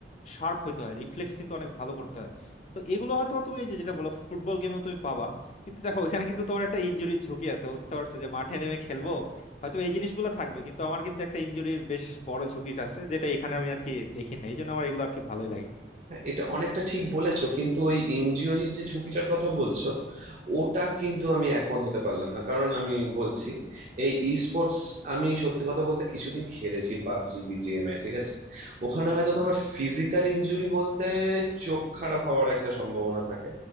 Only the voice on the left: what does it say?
শার্প হইতে হয় রিফ্লেক্স কিন্তু অনেক ভালো করতে হয় তো এগুলো হয়তো বা তুমি এই যে যেটা বলো ফুটবল গেমেও তুমি পাবা কিন্তু দেখো
ওইখানে কিন্তু তোমার একটা ইনজুরির ঝুঁকি আছে বুঝতে পারছো যে মাঠে নেমে খেলবো
হয়তো এই জিনিসগুলো থাকবে কিন্তু আমার কিন্তু একটা ইনজুরির বেশ বড় ঝুঁকি আছে যেটা এখানে আমি আর কি দেখি না এই জন্য আমার এগুলো আর কি ভালোই লাগে
আচ্ছা